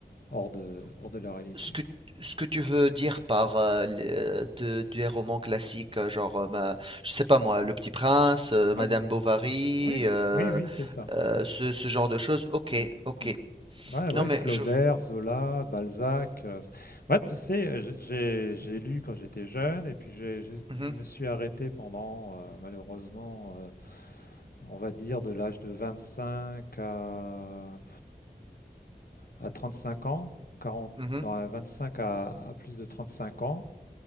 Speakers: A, on the left; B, on the right.
A: hors de, hors de la réalité.
B: Ce que,
A: quoi.
B: ce que tu veux dire par euh, les- euh, de- des romans classiques, euh, genre, euh, ma- je sais pas moi, Le Petit Prince, euh, Madame
A: Ouais,
B: Bovary,
A: oui,
B: euh,
A: oui, oui, c'est ça.
B: euh, ce, ce genre de choses. Ok,
A: Mmh,
B: ok.
A: mmh. Ouais, ouais,
B: Non, mais
A: Flaubert,
B: je. v-
A: Zola, Balzac. euh, c- Moi, tu sais, euh, j'ai j'ai- j'ai lu quand j'étais jeune et puis j'ai- j'ai-
B: Mhm,
A: je me suis arrêté pendant, euh, malheureusement, euh, on va dire de l'âge de 25 à, à 35 ans, 40,
B: mhm,
A: non, à 25 à, à plus de 35 ans.